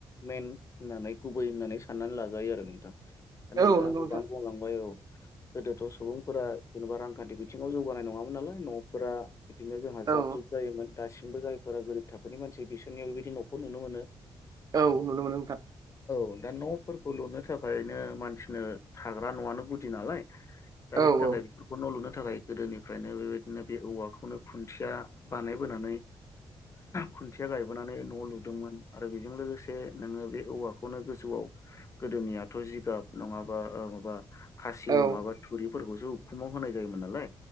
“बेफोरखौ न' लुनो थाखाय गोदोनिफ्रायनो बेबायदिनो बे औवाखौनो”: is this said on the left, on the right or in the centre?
Left